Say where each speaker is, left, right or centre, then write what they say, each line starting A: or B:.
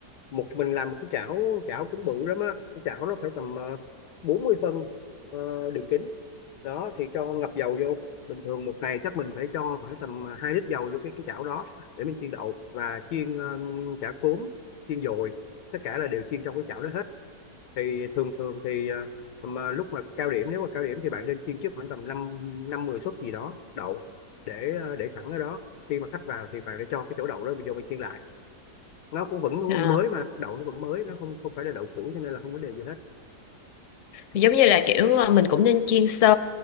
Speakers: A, on the left; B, on the left.
A: một mình làm một cái chảo chảo cũng bự lắm á cái chảo nó phải tầm uh, bốn mươi phân ờ, đường kính đó thì cho ngập dầu vô bình thường một ngày chắc mình phải cho khoảng tầm à, 2 lít dầu vô cái cái chảo đó để mình chiên đậu và chiên ờ, chả cốm chiên dồi tất cả là đều chiên trong cái chảo đó hết thì thường thường thì ờ, mà lúc mà cao điểm nếu mà cao điểm thì bạn nên chiên trước khoảng tầm năm năm mười suất gì đó đậu để ờ, để sẵn ở đó khi mà khách vào thì bạn để cho cái chỗ đậu đó mình vô mình chiên lại nó cũng vẫn
B: Ờ,
A: mới mà đậu nó vẫn mới nó không không phải là đậu cũ cho nên là không vấn đề gì hết
B: giống như là kiểu ờ, mình cũng nên chiên sơ